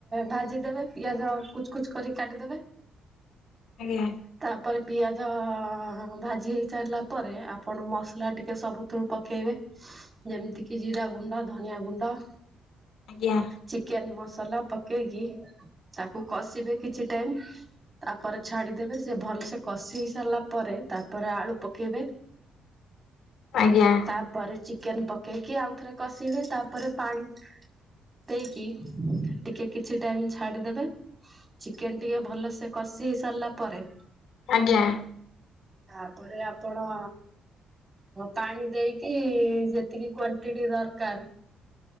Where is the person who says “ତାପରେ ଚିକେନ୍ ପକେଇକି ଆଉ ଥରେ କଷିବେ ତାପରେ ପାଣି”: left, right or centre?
Right